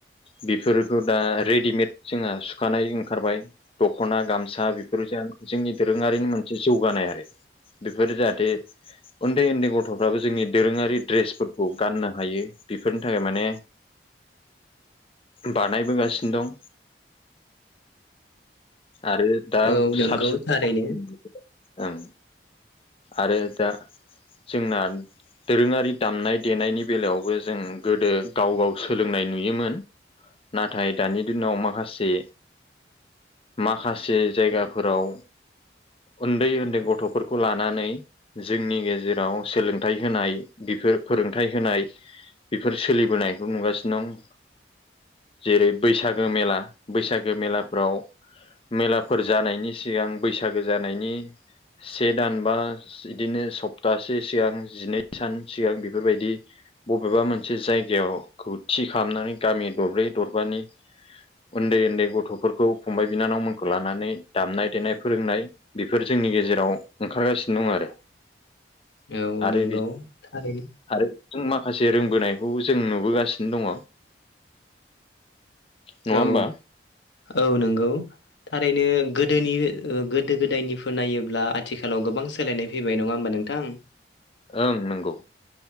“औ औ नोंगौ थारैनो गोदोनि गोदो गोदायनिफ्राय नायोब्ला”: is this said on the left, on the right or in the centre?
Left